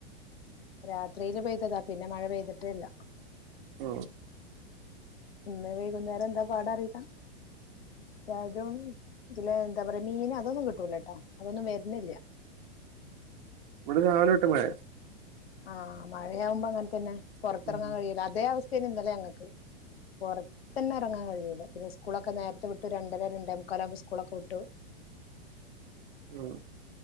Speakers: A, on the left; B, on the right.
A: രാത്രിയില് പെയ്തതാ പിന്നെ മഴ പെയ്തിട്ടേല്ല
B: ആ
A: ഇന്ന് വൈകുന്നേരം എന്താ പാട റീല്ല തരും ഇതിലെ എന്താ പറയാ മീൻ അതൊന്നും കിട്ടൂലട്ടോ അതൊന്നും വര്ന്നില്ല
B: ഇവിടെ രാവിലൊട്ട് മഴയാ
A: ആ മഴയാവുമ്പം അങ്ങൻതന്നെ പൊറത്തിറങ്ങാൻ
B: മഴയാ
A: കഴിയില്ല അതേ അവസ്ഥ <unintelligible> ഇന്നലെ ഞങ്ങക്ക് പുറത്തന്നെ എറങ്ങാൻ കഴിയൂല പിന്നെ സ്കൂളൊക്കെ നേരത്തെ വിട്ടു രണ്ടര രണ്ടേ മുക്കാല ആകുമ്പോ സ്കൂളൊക്കെ വിട്ടു
B: ഉം